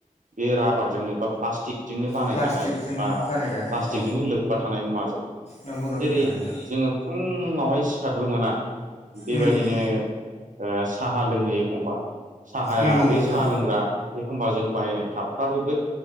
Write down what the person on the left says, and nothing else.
प्लास्टिकजोंनो
बानायजानाय
औ
नंगौ नोंथां
थारैनो
उम
नंगौ
नोंथां